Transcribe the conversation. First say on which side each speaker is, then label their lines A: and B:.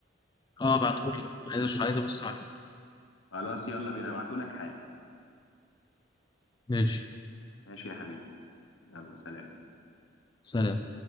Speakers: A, on the left; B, on the left.
A: اه بعتهولي عايز عايز ابص عليه
B: خلاص يلا بينا ابعتهولك حالا
A: ماشي
B: ماشي يا حبيبي يلا سلام
A: سلام